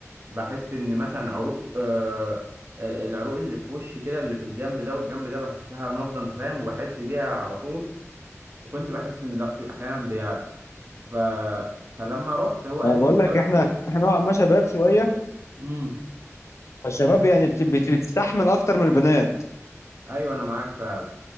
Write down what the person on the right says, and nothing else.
بحس ان مثلا عروق آه آه، العروق اللي في وشي كده اللي في الجنب ده والجنب ده بحسها نافضه انت فاهم وبحس بيها على طول وكنت بحس ان ضغطي احيانا بيعلى ف... فلما رحت هو قال
لي بسبب
ايه
امم
ايوه انا معاك فعلا